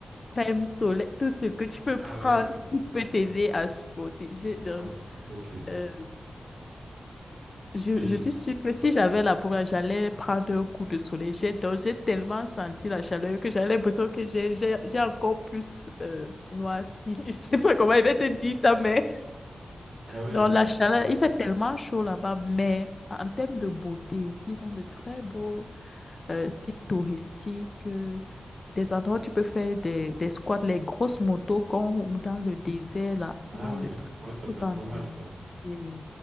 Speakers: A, on the left (about 35°); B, on the right (about 70°).
A: crème soleil. tout ce que tu peux
B: Ah
A: prendre
B: ouais, ouais.
A: qui peut
B: Hmm.
A: t'aider à supporter. J'ai- donc,
B: Ouais, ok.
A: euh, Je,
B: Et c'est...
A: je suis sûre que si j'avais la peau, là, j'allais prendre un coup de soleil. J'ai donc j'ai tellement senti la chaleur que j'avais l'impression que j'ai j'ai j'ai encore plus euh, noirci. <laughs> Je sais pas comment il va te dire ça, mais
B: Ah ouais,
A: dans
B: après...
A: la chaleur,
B: Ouais.
A: il fait tellement chaud là-bas, mais en termes de beauté, ils ont de très beaux euh, sites touristiques, euh, des endroits où tu peux faire des, des squats, les grosses motos qu'on roule dans le désert là.
B: Ah
A: Ils ont
B: ouais,
A: de très
B: ouais, ça
A: beaux
B: peut être
A: endroits.
B: pas mal, ça.
A: Et